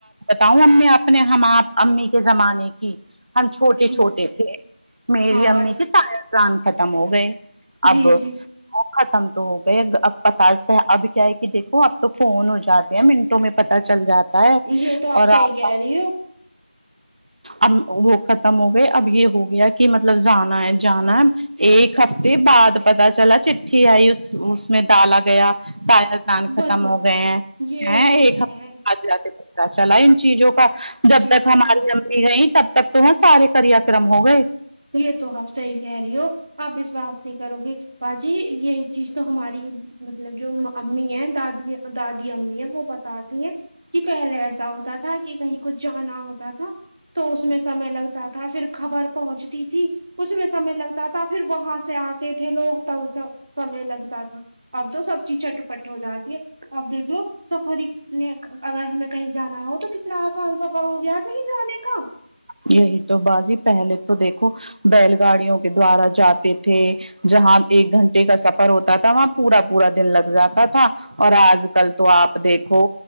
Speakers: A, on the right; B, on the right.
A: ہوں امی اپنے ہم آپ امی کے زمانے کی ہم چھوٹے
B: جی
A: چھوٹے تھے میری
B: ہاں آواز
A: امی کے تا یا جان ختم ہو گئے اب
B: جی جی
A: ختم تو ہو گئے اب پتا اب کیا ہے کہ دیکھو اب تو فون ہو جاتا منٹوں میں پت چل جاتا ہے
B: یہ تو
A: اور
B: صحیح
A: آپ
B: کہہ
A: کا
B: رہی ہو
A: اب وہ ختم ہو گئے اب یہ ہو گیا کہ مطلب جانا ہے جانا ہے ایک ہفتے بعد پتا چلا چٹھی آئی اس اس میں ڈالا گیا تیاہ دان ختم
B: بت
A: ہو گئے
B: یہ
A: ہیں
B: تو
A: ایک
B: ہے
A: ہفتے پتا چلا ان چیزوں کا جب
B: یہ
A: تک
B: تو
A: ہمارے
B: آپ
A: ہے نہیں تب تک تو ہے سار کریا کررم ہو گئے
B: یہ تو آپ صحیح کہہ رہی ہو آپ وسشواس نہیں کرو گی باجی یہی چیز تو ہماری مطلب جو امی ہیں دادی دادی امی ہے وہ بتاتی ہیں کہ پہلے ایسا ہوتا تھا کہ کہیں کچھ جانا ہوتا تھا تو اس میں سے سمے لگتا تھا پھر خبر پہنچتی تھی اس میں سمے لگتا تھا پھر وہاں سے آتے تھے لوگ تب سب سمے لگتا تھا اب تو سب چیز چٹپٹ ہو جاتی ہے اب دیکھ لو سفر نے اگر ہمیں کہیں جانا ہو تو کتنا آسان سفر ہو گیا کہیں جانے کا
A: یہی تو باجی پہلے تو دیکھو بیل گاڑیوں کے دوارا جاتے تھے جہاں ایک گھنٹے کا سفر ہوتا تھا وہاں پورا پورا دن لگ جاتا تھا اور آج کل تو آپ دیکھو